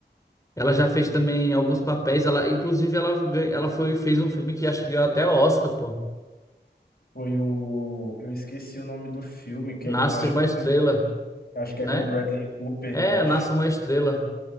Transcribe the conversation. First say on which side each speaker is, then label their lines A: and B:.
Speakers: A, on the left (about 15°); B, on the left (about 60°).
A: Ela já fez também alguns papéis. Ela, inclusive, ela, gan- ela foi, fez um filme que acho que ganhou até Oscar, pô.
B: Foi o. Eu esqueci o nome do filme, que
A: Nasce
B: é com. Acho
A: uma
B: que é
A: estrela,
B: com, acho que
A: né?
B: é com Bradley Cooper,
A: É,
B: eu acho.
A: Nasce uma estrela.